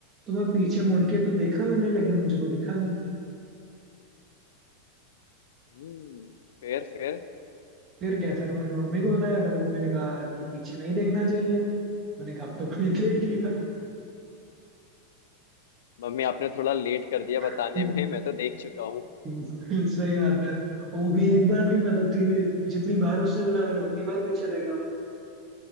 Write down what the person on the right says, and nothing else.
तो मैं पीछे मुड़ के तो देखा मैंने लेकिन मुझे कोई दिखा नहीं
फिर क्या फिर मैंने मम्मी को बताया फिर मम्मी ने कहा कि पीछे नहीं देखना चाहिए मैंने कहा तो मैंने देख
लिया
हम्म, <laughs> सही बात है और वो भी एक बार नहीं मैं तो तीन जितनी बार उसने बोला मैंने उतनी बार पीछे देखा